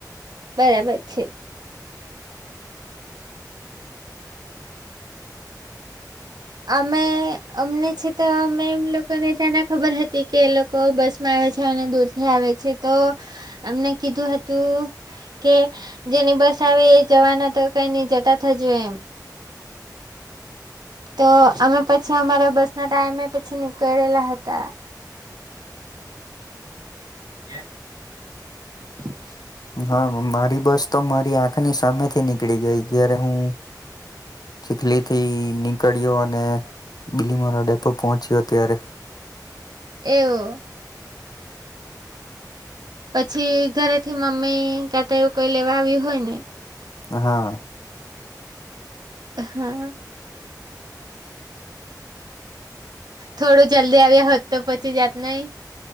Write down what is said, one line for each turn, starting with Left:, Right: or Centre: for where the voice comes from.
Right: બરાબર છે. અમે અમને છે તો મેમ લોકોને ત્યાના ખબર હતી કે લોકો લોકો બસમાં આવે છે અને દૂર થી આવે છે તો એમને કીધું હતું કે જેની બસ આવે એ જવાના તો કઈ નઈ જતા થજો એમ. તો અમે પછી અમારા બસ ના ટાઈમે પછી નીકળેલા હતા. <inaudible>
Left: હા મારી બસ તો મારી આંખની સામેથી નીકળી ગઈ જ્યારે હું ચીખલી થી નીકળ્યો અને બીલીમોરા ડેપો પહોંચ્યો ત્યારે
Right: એવું પછી ઘરેથી મમ્મી ક્યાં તો એવું કોઈ લેવા આવ્યું હોય ને.
Left: હા.
Right: હા. થોડું જલ્દી આવ્યા હોત તો પહોંચી જાત નય.